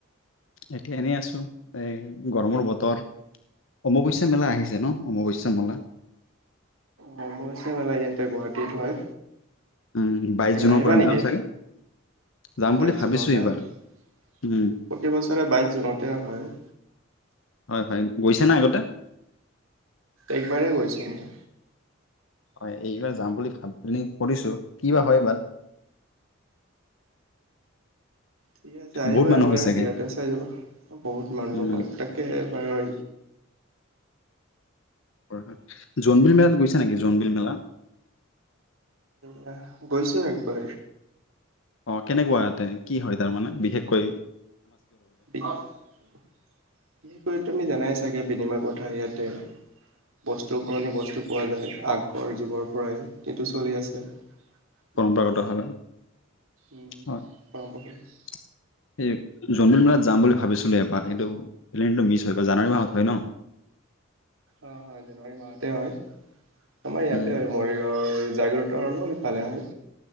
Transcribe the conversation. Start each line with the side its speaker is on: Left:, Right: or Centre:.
Left: এতিয়া এনেই আছো এ গৰমৰ বতৰ তৰ অমাবস মেলা আহিছে ন অমাৱস্য মেলা।
Right: অ মই চ মালা ইয়াতে গুৱাহাটীত হয়।
Left: উম, বাইশ জুনৰ
Right: আহিবা
Left: পৰা
Right: নেকি?
Left: ন চাগে? যাম
Right: অ
Left: বুলি
Right: বাইছ
Left: ভাবিছোঁ
Right: জুনৰ পৰা
Left: এইবাৰ।
Right: প্ৰতিবছৰে
Left: উম,
Right: বাইছ জুনতে হয়।
Left: হয় হয় গৈছে নাই আগতে
Right: একবাৰে গৈছো মই
Left: হয় এইবাৰ যাম বুলি ভাবি কৰিছো কি বা হয় বাট।
Right: ঠিক আছে আহিবা
Left: বহুত মানুহ
Right: এবাৰ
Left: হয় চাগে।
Right: ইয়াতে চাই যাবা। বহুত মানুহ
Left: উম,
Right: হয় তাকে এবাৰ
Left: হয় হয় জোনবিল মেলাত গৈছে নেকি জোনবিল মেলা
Right: জা গৈছো একবাৰ।
Left: অ কেনেকুৱা ইয়াতে কি হয় তাৰমানানে বিশেষ। কৈ
Right: বিশেষকৈ তমি জানাই চাগে বিনিময় প্ৰথা ইয়াতে বস্তু সলনি বস্তু পোৱা যায়, আগৰ যুগৰ পৰাই এটো চলি আছে। বহুত
Left: পৰম্পৰাগত হলে
Right: উম
Left: হয়
Right: পৰম্পৰা হয়
Left: স জমিন মেলাত যাম বুলি ভাবিছিলোঁ এবাৰ কিন্তু প্লেইনটো মিছ হৈ গ' জানুৱাৰী মাহত হয় ন।
Right: অ হয় জানুৱাৰী মাহতে হয়। আমাৰ ইয়াতে
Left: উম
Right: হয় মৰিগাঁওৰ। জাগ্ৰত হলৰ ইফালে হয়।